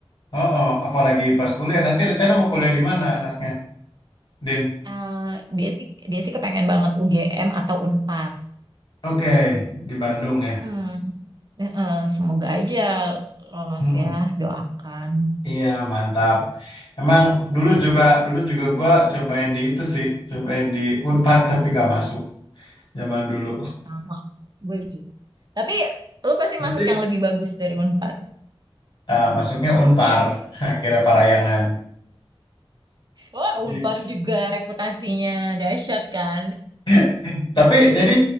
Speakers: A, on the left; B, on the right.
A: heeh, apalagi pas kuliah nanti rencana mau kuliah di mana anaknya, Din?
B: Eh, dia sih dia sih kepengen banget UGM atau Unpad.
A: Oke, di Bandung ya.
B: Mm-mm. Eh, semoga aja lolos
A: Mm-mm.
B: ya, doakan.
A: Iya, mantap. Emang dulu
B: Dari
A: juga dulu juga gua cobain di itu sih, cobain di Unpad <laughs> tapi nggak masuk zaman dulu.
B: Sama gue juga. Tapi lu pasti
A: <laughs>
B: masuk
A: Nanti
B: yang lebih bagus dari Unpad.
A: eh, masuknya Unpar, <laughs> akhirnya Parayangan.
B: Wah,
A: Di-
B: Unpad juga reputasinya dahsyat kan.
A: <laughs> Tapi jadi